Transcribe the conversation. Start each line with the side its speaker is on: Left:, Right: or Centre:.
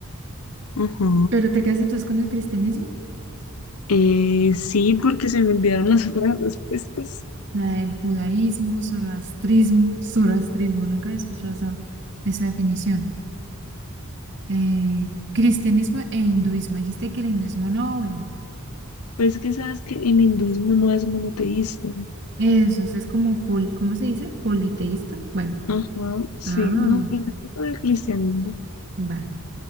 Left: Ajá.
Right: pero te quedas entonces con el cristianismo.
Left: Eh, sí, porque se me olvidaron las otras respuestas.
Right: la del judaísmo, zoroastrismo, zoroastrismo, nunca he escuchado esa, esa definición. Eh, cristianismo e hinduismo. Dijiste que el hinduismo no, bueno,
Left: Pues que sabes que el hinduismo no es monoteísta.
Right: eso es como, pol, ¿cómo se dice? Politeísta. Bueno,
Left: Ajá, sí,
Right: ah,
Left: no, pues es todo el cristianismo,
Right: vale.